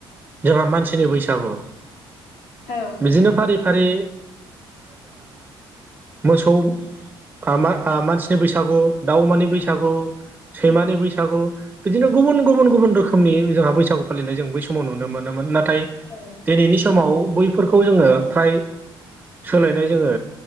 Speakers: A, on the right (about 15°); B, on the left (about 85°).
A: जोंहा मानसिनि
B: उम
A: बैसागु
B: औ
A: बिदिनो फारि फारि मोसौ म मानसिनि बैसागु दाउमानि बैसागु सैमानि
B: उम औ
A: बैसागु बिदिनो गुबुन गुबुन गुबुन रोखोमनि जोंहा बैसागु फालिनाय जों बै समाव नुनो मोनोमोन नाथाय नाथाय
B: उम औ
A: दिनैनि समाव बैफोरखौ जोङो फ्राय सोलायनाय जोङो